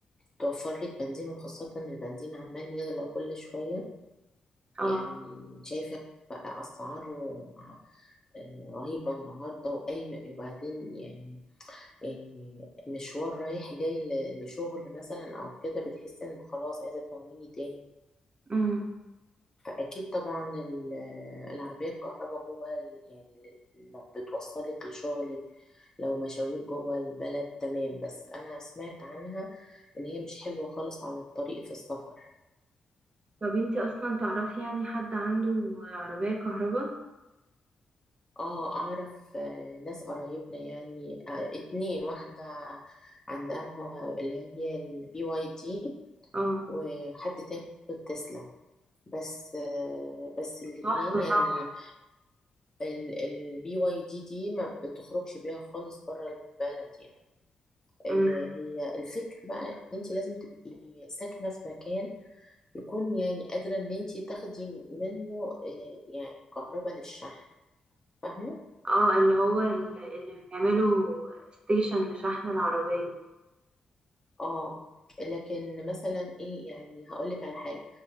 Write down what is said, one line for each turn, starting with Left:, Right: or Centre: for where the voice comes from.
Left: توفر لك بنزين وخاصة إن البنزين عمال يغلى كل شوية
Right: اه
Left: يعني شايفة بقى أسعاره آه، رهيبة النهاردة وأي وبعدين يعني يعني مشوار رايح جاي ل- لشغل مثلا أو كده بتحس إن خلاص عايزة تمويني تاني
Right: امم
Left: أكيد طبعا ال- العربية الكهرباء جوه ال- يعني لو بتوصلك لشغلك لو مشاوير جوه البلد تمام بس أنا سمعت عنها إن هي مش حلوة خالص على الطريق في السفر
Right: طب انت اصلا تعرفي يعني حد عنده عربية كهرباء؟
Left: اه أعرف آه، ناس قرايبنا يعني آه، اتنين واحدة عندها اللي هي البي واي دي
Right: اه
Left: وحد تاني عنده التسلا بس آه، بس الاتنين
Right: تحفة
Left: يعني
Right: طبعا
Left: البي واي دي دي ما بتخرجش بيها خالص بره البلد يعني آه،
Right: امم.
Left: هي الفكرة بقى انت لازم تبقي ساكنة في مكان يكون يعني قادرة ان انت تاخدي منه آه، يعني كهرباء للشحن فاهمة
Right: اه اللي هو ال- اللي بيعملوا ستيشن لشحن العربية
Left: اه لكن مثلا ايه يعني هقول لك على حاجه